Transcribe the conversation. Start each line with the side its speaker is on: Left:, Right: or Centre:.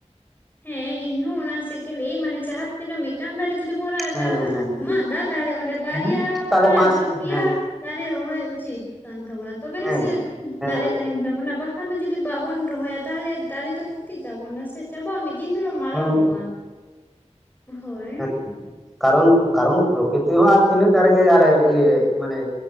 Left: ᱦᱮᱸ ᱤᱧ ᱦᱚ ᱚᱱᱟ ᱥᱮᱫ ᱜᱮ ᱞᱟᱹᱭ ᱢᱟᱱᱮ ᱡᱟᱦᱟᱸ ᱛᱤᱱᱟᱹᱜ ᱢᱤᱫᱴᱟᱝ ᱫᱟᱨᱮ ᱡᱩᱫᱤ ᱵᱚᱱ ᱨᱟᱜ ᱮᱫᱟ
Centre: ᱦᱮᱸ ᱦᱮᱸ
Left: ᱢᱟᱜ ᱮᱫᱟ ᱛᱟᱦᱚᱞᱮ ᱚᱸᱰᱮ ᱵᱟᱨᱭᱟ
Centre: ᱦᱮᱸ ᱛᱟᱦᱚᱞᱮ
Left: ᱠᱷᱚᱱᱟᱜ
Centre: ᱯᱟᱸᱪᱴᱤ
Left: ᱡᱩᱨ ᱯᱮᱭᱟ
Centre: ᱦᱮᱸ
Left: ᱫᱟᱨᱮ ᱨᱚᱦᱚᱭ ᱩᱪᱤᱛ ᱠᱟᱱ ᱛᱟᱵᱚᱱᱟ ᱛᱚᱵᱮ
Centre: ᱦᱮᱸ
Left: ᱨᱮᱥᱮ
Centre: ᱦᱮᱸ
Left: ᱫᱟᱨᱮ ᱛᱟᱦᱮᱱ ᱛᱟᱵᱚᱱᱟ ᱵᱟᱠᱷᱟᱱ ᱫᱚ ᱡᱩᱫᱤ ᱵᱟᱵᱚᱱ ᱨᱚᱦᱚᱭᱟ ᱛᱟᱦᱚᱞᱮ ᱫᱟᱨᱮ ᱫᱚ ᱛᱟᱵᱚᱱᱟ ᱥᱮ ᱪᱟᱵᱟᱜᱼᱟ ᱢᱤᱫ ᱫᱤᱱ ᱫᱚ ᱢᱟᱞᱚᱴᱚᱜᱼᱟ
Centre: ᱦᱮᱸ
Left: ᱦᱚᱭ
Centre: ᱦᱩᱸ ᱠᱟᱨᱚᱱ-ᱠᱟᱨᱚᱱ ᱯᱨᱚᱠᱤᱛᱤ ᱦᱚᱸ ᱟᱨ ᱛᱤᱱᱟᱹᱜ ᱫᱟᱨᱮ ᱜᱮ ᱟᱨ ᱤᱭᱟᱹ ᱢᱟᱱᱮ